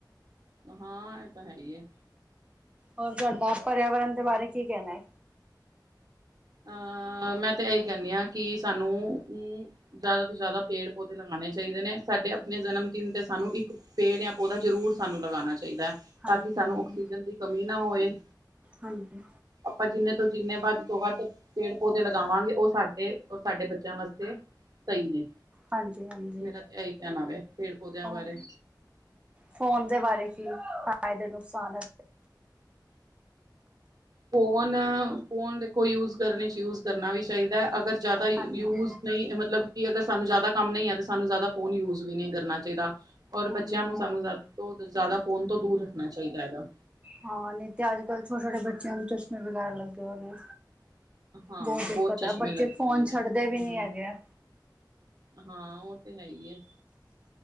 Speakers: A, on the right; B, on the right.
A: ਹਾਂ ਇਹ ਤਾਂ ਹੈ ਏ ਐ।
B: ਔਰ ਤੁਹਾਡਾ ਪਰਿਆਵਰਨ ਦੇ ਬਾਰੇ ਕੀ ਕਹਿਣਾ ਐ?
A: ਅਹ ਮੈਂ ਤੇ ਇਹੀ ਕਹਿੰਨੀ ਆਂ ਕਿ ਸਾਨੂੰ ਅ ਜ਼ਿਆਦਾ ਤੋਂ ਜ਼ਿਆਦਾ ਪੇੜ ਪੌਦੇ ਲਗਾਣੇ ਚਾਹੀਦੇ ਨੇ ਸਾਡੇ ਆਪਣੇ ਜਨਮ ਦਿਨ ਤੇ ਸਾਨੂੰ ਇੱਕ ਪੇੜ ਯਾ ਪੌਦਾ ਜ਼ਰੂਰ ਸਾਨੂੰ ਲਗਾਣਾ ਚਾਹੀਦੈ
B: ਹਾਂਜੀ
A: ਤਾਂ ਕਿ ਸਾਨੂੰ
B: ਹਾਂਜੀ
A: ਆਕਸੀਜਨ ਦੀ ਕਮੀ ਨਾ ਹੋਏ
B: ਹਾਂਜੀ
A: ਆਪਾਂ ਜਿੰਨੇ ਤੋਂ ਜਿੰਨੇ ਵੱਧ ਤੋਂ ਵੱਧ ਪੇੜ ਪੌਦੇ ਲਗਾਵਾਂਗੇ ਉਹ ਸਾਡੇ ਔਰ ਸਾਡੇ ਬੱਚਿਆਂ ਵਾਸਤੇ ਸਈ ਨੇ।
B: ਹਾਂਜੀ ਹਾਂਜੀ!
A: ਮੇਰਾ ਤਾਂ ਇਹੀ ਕਹਿਣਾ ਵੈ ਪੇੜ ਪੌਦਿਆਂ
B: ਹੋਰ
A: ਬਾਰੇ।
B: ਫੋਨ ਦੇ ਬਾਰੇ ਕੀ ਫਾ਼ਇਦੇ ਨੁਕਸਾਨ ਐ?
A: ਫੋਨ, ਫੋਨ ਦੇਖੋ ਯੂਜ ਕਰਨੇ ਚ ਯੂਜ ਕਰਨਾ ਵੀ ਚਾਹੀਦਾ ਅਗਰ ਜ਼ਿਆਦਾ ਯੂਜ਼
B: ਹਾਂਜੀ
A: ਨਹੀਂ ਮਤਲਬ ਕਿ ਅਗਰ ਸਾਨੂੰ ਜ਼ਿਆਦਾ ਕੰਮ ਨਹੀਂ ਹੈ ਤਾਂ ਸਾਨੂੰ ਜ਼ਿਆਦਾ ਫੋਨ ਯੂਜ ਵੀ ਨਹੀਂ ਕਰਨਾ ਚਾਹੀਦਾ। ਔਰ
B: ਹਾਂਜੀ।
A: ਬੱਚਿਆਂ ਨੂੰ ਸਾਨੂੰ ਜ਼ਿਆ ਤੋਂ ਜ਼ਿਆਦਾ ਫੋਨ ਤੋਂ ਦੂਰ ਰੱਖਣਾ ਚਾਹੀਦਾ ਹੈਗਾ।
B: ਹਾਂ ਨਹੀਂ ਤੇ ਅੱਜ ਕੱਲ੍ਹ ਛੋਟੇ, ਛੋਟੇ ਬੱਚਿਆਂ ਨੂੰ ਚਸ਼ਮੇ ਵਗੈਰਾ ਲੱਗੇ ਹੋਣੇ।
A: ਹਾਂ
B: ਬਹੁਤ ਦਿੱਕਤ
A: ਚਸ਼ਮੇ
B: ਆ ਬੱਚੇ
A: ਲੱਗੇ
B: ਫੋਨ
A: ਹੋਏ ਨੇ
B: ਛੱਡਦੇ ਵੀ
A: ਹਮ
B: ਨੀ ਹੈਗੇ ਆ।
A: ਹਾਂ ਉਹ ਤੇ ਹੈ ਹੀ ਏ